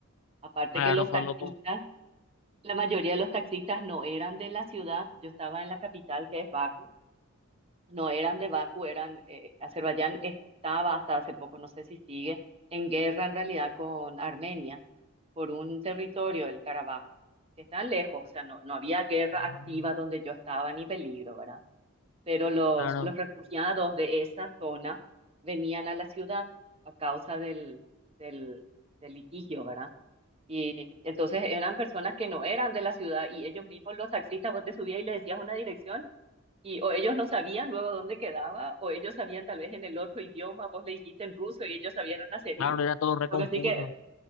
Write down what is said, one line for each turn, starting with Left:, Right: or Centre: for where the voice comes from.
Right: Aparte
Left: claro,
Right: que los
Left: fue
Right: taxistas,
Left: loco.
Right: la mayoría de los taxistas no eran de la ciudad, yo estaba en la capital, que es Bakú, no eran de Bakú, eran, eh, Azerbaiyán estaba hasta hace poco, no sé si sigue, en guerra en realidad con Armenia por un territorio, el Carabaj, que están lejos, o sea, no, no había guerra
Left: Ah,
Right: activa donde yo estaba ni peligro, ¿verdad? Pero los,
Left: Claro,
Right: los refugiados de esa zona venían a la ciudad a causa del, del, del litigio, ¿verdad? Y entonces eran personas que no eran de la ciudad y ellos mismos, los taxistas, vos te subías y le decías una dirección y o ellos no sabían luego dónde quedaba o ellos sabían tal vez en el otro idioma, vos le dijiste en ruso y ellos sabían en azerí.
Left: claro, era todo recompuso.
Right: Lo que sí que